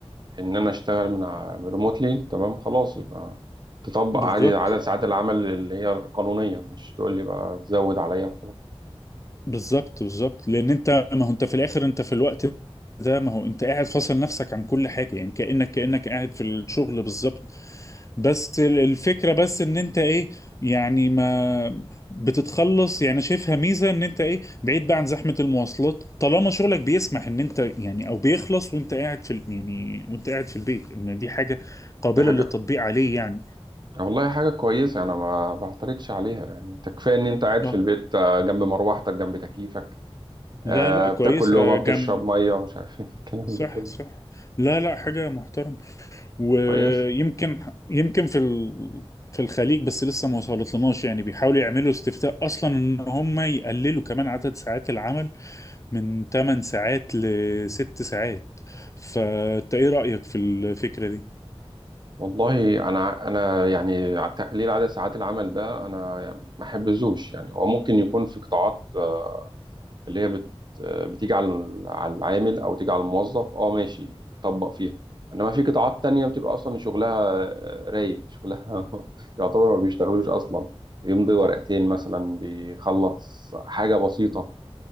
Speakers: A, on the right (about 45°); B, on the left (about 30°).
A: ان انا اشتغل من ريموتلي تمام خلاص يبقى تطبق
B: بالظبط
A: عادي عدد ساعات العمل اللي هي القانونية مش تقول لي بقى تزود عليا وخلاص
B: بالظبط بالظبط لان انت ما هو انت في الاخر انت في الوقت ده ما هو انت قاعد فاصل نفسك عن كل حاجه يعني كانك كانك قاعد في الشغل بالظبط بس ال- الفكره بس ان انت ايه يعني ما بتتخلص يعني شايفها ميزه ان انت ايه بعيد بقى عن زحمه المواصلات طالما شغلك بيسمح ان انت يعني او بيخلص وانت قاعد في ال- يعني وانت قاعد في البيت ان دي حاجه قابله
A: دي حاجة
B: للتطبيق عليه يعني
A: والله حاجة كويسة انا ما بعترضش عليها يعني انت كفاية ان انت قاعد
B: آه.
A: في البيت آه، جنب مروحتك جنب تكييفك
B: لا
A: آه،
B: لا كويسه
A: بتاكل لقمة بتشرب
B: جم
A: مية مش عارف ايه <laughs> الكلام
B: صح
A: ده كله
B: صح لا لا حاجه
A: آه،
B: محترمه ويمكن
A: كويس
B: يمكن في ال... في الخليج بس لسه ما وصلتلناش يعني بيحاولوا يعملوا استفتاء اصلا ان هم يقللوا كمان عدد ساعات العمل من 8 ساعات ل 6 ساعات فانت ايه رأيك في الفكرة دي؟
A: والله انا انا يعني ع- تقليل عدد ساعات العمل ده انا يعني ما احبذوش يعني هو ممكن يكون في قطاعات آه، اللي هي بت آه، بتيجي على ال- على العامل او تيجي على الموظف اه ماشي طبق فيها انما في قطاعات تانية بتبقى اصلا شغلها آه، رايق شغلها <laughs> يعتبر ما بيشتغلوش اصلا يمضي ورقتين مثلا بيخلص حاجة بسيطة